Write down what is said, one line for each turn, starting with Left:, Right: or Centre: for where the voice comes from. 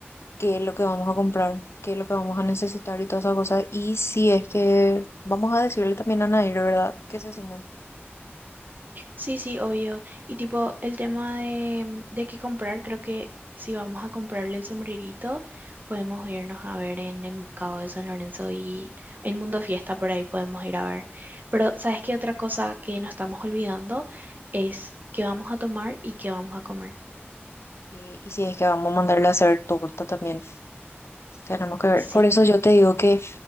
Left: qué es lo que vamos a comprar, qué es lo que vamos a necesitar y todas esas cosas. Y si es que vamos a decirle también a Nair, ¿verdad? Que se sume.
Right: Sí, sí, obvio. Y tipo el tema de, de qué comprar, creo que si vamos a comprarle el sombrerito, podemos irnos a ver en el mercado de San Lorenzo y en Mundo Fiesta, por ahí podemos ir a ver. Pero, ¿sabes qué otra cosa que nos estamos olvidando es qué vamos a tomar y qué vamos a comer?
Left: Sí, y si es que vamos a mandarle a hacer torta también. Tenemos que ver.
Right: Sí.
Left: Por eso yo te digo que